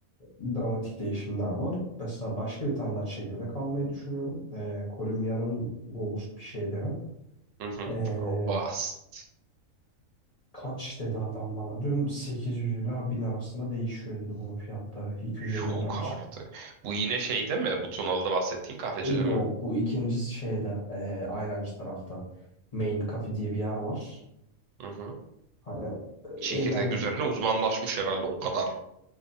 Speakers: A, on the left (about 35°); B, on the right (about 75°).
A: Dramatik değişimler var. Mesela başka bir tane daha çekirdek almayı düşünüyorum. Ee, Kolombiya'nın robust bir şeyleri.
B: Hı hı.
A: Ee,
B: Robust.
A: kaç dedi adam bana? Dün 800 ila 1000 arasında değişiyor dedi bunun fiyatları 250
B: Yok
A: gram için.
B: artık. Bu yine şey değil mi? Bu Tunalı'da bahsettiğin kahvecide
A: E, Yok
B: mi?
A: bu ikinci şeyde e, Ayrancı tarafta. Main Cafe diye bir yer var.
B: Hı hı.
A: Hani
B: Çekirdek
A: e, eğlenceli.
B: üzerine uzmanlaşmış herhalde o kadar.